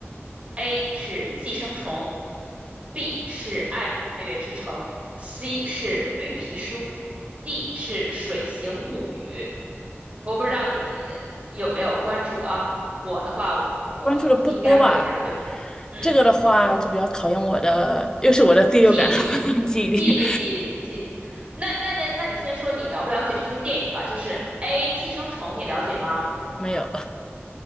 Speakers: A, on the right; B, on the left.
A: ？A 是《寄生虫》B 是爱乐之城，C 是绿皮书，D 是水形物语。我不知道你有没有关注啊，我的话我
B: 关注的不多吧？
A: 应该会答对。嗯，
B: 这个的话就比较考验我的，又是我的第六感
A: 记忆力，
B: <laughs> 记忆力
A: 记忆力，记忆力，记。那那那，那你先说你了不了解这些电影吧？就是 A《寄生虫》，你了解吗？
B: 没有。